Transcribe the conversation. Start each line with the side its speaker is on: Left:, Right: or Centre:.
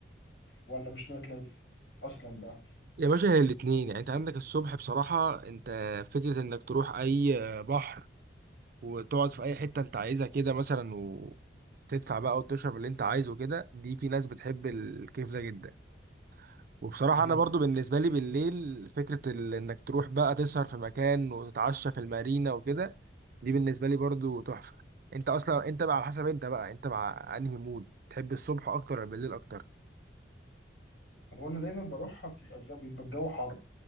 Left: ولا مش نايت لايف اصلا بقى
Right: يا باشا هي الاتنين يعني انت عندك الصبح بصراحة انت فكرة انك تروح اي آه، بحر وتقعد في اي حتة انت عايزها كده مثلا وتدفع بقى وتشرب اللي انت عايزه كده دي في ناس بتحب الكيف ده جدا وبصراحة
Left: مهم.
Right: أنا برضو بالنسبة لي بالليل فكرة ال- إنك تروح بقى تسهر في مكان وتتعشى في المارينا وكده دي بالنسبه لي برضو تحفه انت اصلا انت بقى على حسب انت بقى انت مع انهي مود تحب الصبح اكتر ولا بالليل اكتر
Left: هو انا دايما بروحها بتبقى الجو- بيبقى الجو حر